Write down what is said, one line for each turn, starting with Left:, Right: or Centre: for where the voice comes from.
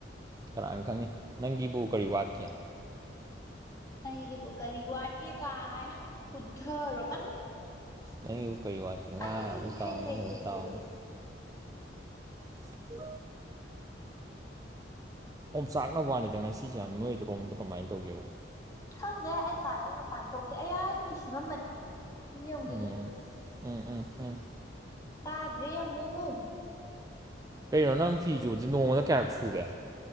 Right: ꯈꯔꯅ ꯈꯪꯉ ꯅꯪꯒꯤꯕꯨ ꯀꯔꯤ ꯋꯥꯠꯀꯦ
Left: ꯑꯩꯒꯤ ꯄꯨ ꯀꯔꯤꯒꯤ ꯋꯥꯠꯀꯦ ꯀꯥꯏꯅ ꯐꯗꯔꯣꯀ
Right: ꯅꯪꯕꯨ ꯀꯔꯤ ꯋꯥꯠꯇ ꯉꯥ
Left: ꯑꯩ
Right: ꯑꯃꯨꯛ ꯇꯥꯎꯅꯤ
Left: ꯍꯩ ꯍꯩ
Right: ꯑꯃꯨꯛ
Left: ꯍꯩ
Right: ꯑꯃꯨꯛ ꯇꯥꯎꯅꯤ
Left: ꯍꯩ ꯍꯩ
Right: ꯑ ꯑꯣꯝ ꯆꯥꯛꯅꯕ ꯋꯥꯅꯤꯗ ꯉꯁꯤꯁꯦ ꯌꯥꯝ ꯅꯣꯏꯗ꯭ꯔꯣꯝꯗꯣ ꯀꯃꯥꯏꯅ ꯇꯧꯒꯦꯕ
Left: ꯈꯪꯗꯦ ꯑꯩ ꯀꯥꯗꯦ ꯃꯄꯥꯟ ꯊꯣꯛꯇꯦ ꯑꯩꯌꯥ ꯐꯤ ꯁꯨꯔꯝꯕꯅꯦ ꯐ ꯌꯦꯡꯈꯤꯒꯦ
Right: ꯎꯝ ꯎꯝ ꯎꯝ ꯎꯝ
Left: ꯇꯥꯗ꯭ꯔꯦꯃꯨ
Right: ꯀꯩꯅꯣ ꯅꯪ ꯐꯤ ꯆꯨꯕꯗꯤ ꯅꯣꯡꯃꯗ ꯀꯌꯥꯔꯛ ꯁꯨꯒꯦ